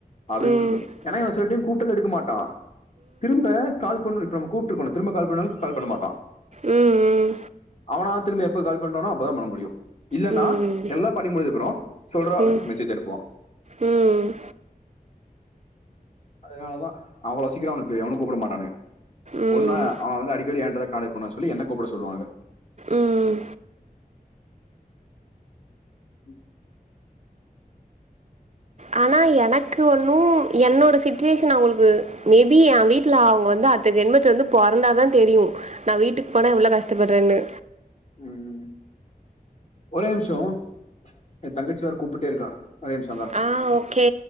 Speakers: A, on the left (about 45°); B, on the right (about 50°).
A: அப்டினு
B: ம்
A: இருந்த ஏன்னா இவ செல டைம் <unintelligible> எடுக்க மாட்டா திரும்ப கால் பண்ண நம்ம கூப்டுருக்கோல்ல திரும்ப கால் பண்ணாலு கால் பண்ண மாட்டா
B: ம்
A: அவனா திரும்பி எப்ப கால் பண்றானோ அப்பதா பண்ண முடியு இல்லன்னா
B: ம் ம்
A: எல்லா பண்ணி முடிஞ்ச அப்றோ சொல்றா
B: ம்
A: அப்டின்னு மெசேஜ் அனுப்புவா
B: ம்
A: அதனாலதா அவ்ளோ சீக்கிர அவனுக்கு எவனு கூப்ட மாட்டானுக
B: ம்
A: ஒன்னா அவன வந்து அடிக்கடி என்ட்டதா காலை பண்ணதா சொல்லி என்ன கூப்ட சொல்லுவாங்க
B: ம்
A: <inaudible>
B: ஆனா எனக்கு ஒண்ணு என்னோட சிட்டிவேஷன் அவங்களுக்கு மேபி என் வீட்டுல அவங்க வந்து அ இந்த ஜென்மத்துல வந்து பொறந்தாதா தெரியு நா வீட்டுக்கு போனா எவ்ளோ கஷ்டபட்றேனு
A: ம் ஒரே நிமிஷோ என் தங்கச்சி வேற கூப்பிட்டுட்டே இருக்கா ஒரே நிமிஷ
B: அ ஓகே